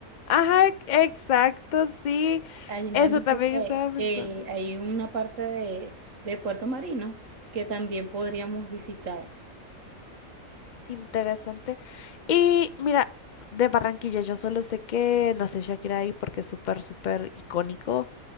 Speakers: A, on the left; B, on the right.
A: Ajá, e- exacto, sí.
B: Allí me
A: Eso
B: han dicho
A: también
B: que,
A: estaba
B: que
A: pensando.
B: hay una parte de, de Puerto Marino que también podríamos visitar.
A: Interesante. Y mira, de Barranquilla, yo solo sé que nació Shakira ahí porque es súper, súper icónico.